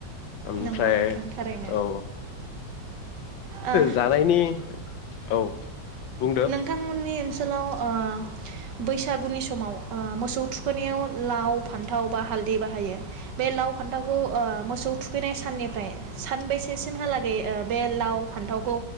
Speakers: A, on the left (about 80°); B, on the right (about 65°).
A: ओमफ्राय
B: नंगौ नोंथां थारैनो
A: औ
B: ओ
A: जानायनि औ बुंदो
B: नोंथांमोननि ओनसोलाव ओ बैसागुनि समाव ओ मोसौ थुखैनायाव लाव फान्थाव बा हालदै बाहायो बे लाव फान्थावखौ ओ मोसौ थुखैनाय साननिफ्राय सानबेसेसिमहालागै ओ बे लाव फान्थावखौ